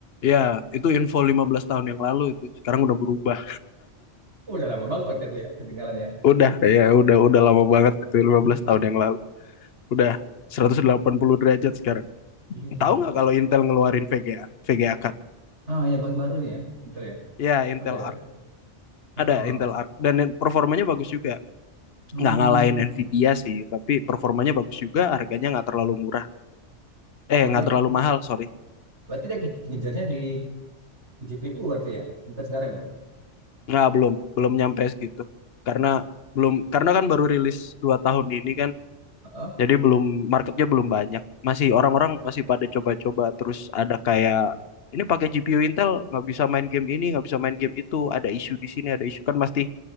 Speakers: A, on the left; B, on the right.
A: ya, itu info 15 tahun yang lalu itu. Sekarang udah berubah.
B: Udah lama banget waktu itu ya ketinggalan ya.
A: Udah ya, udah udah lama banget itu
B: <laughs>
A: 15 tahun yang lalu. Udah 180 derajat sekarang.
B: Iya,
A: Tahu
B: maka.
A: nggak kalau Intel ngeluarin VGA, VGA card?
B: Ah, ya bank baru nih ya, Intel ya.
A: Ya, Intel
B: Ada ya.
A: Arc.
B: Heeh.
A: Ada Intel Arc dan performanya bagus juga.
B: Hmm.
A: Nggak ngalahin Nvidia sih, tapi performanya bagus juga, harganya nggak terlalu murah. Eh,
B: Oh dia,
A: nggak terlalu mahal, sorry.
B: berarti dia ke- ngejarnya di GPU berarti ya, Intel sekarang ya.
A: Nggak, belum, belum nyampe segitu. Karena belum karena kan baru rilis 2 tahun ini kan
B: Heeh.
A: Jadi belum marketnya belum banyak. Masih orang-orang masih pada coba-coba terus ada kayak ini pakai GPU Intel nggak bisa main game ini, nggak bisa main game itu, ada isu di sini, ada isu kan pasti